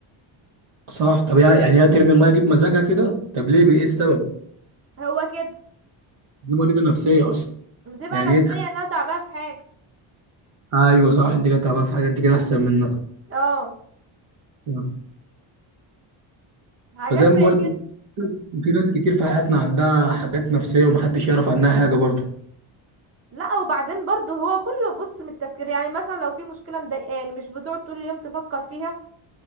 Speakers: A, on the right; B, on the right.
A: صح طب يع- يعني هي ترمي المية دي بمزاجها كده طب ليه ايه السبب
B: هو كده
A: دي مريضة نفسية اصلا
B: بتبقى
A: يعني
B: نفسيا
A: ايه تخ-
B: ان انا تعبانة في حاجة
A: ايوه صح انت كده تعبانة في حاجة انت كده احسن منها
B: اه
A: مم.
B: حاجات
A: فزي
B: زي
A: ما بقول
B: كده
A: في ناس كتير في حياتنا عندها حاجات نفسية ومحدش يعرف عنها حاجة برضه
B: لا وبعدين برضو هو كله بص من التفكير يعني مثلا لو في مشكلة مضايقاني مش بتقعد طول اليوم تفكر فيها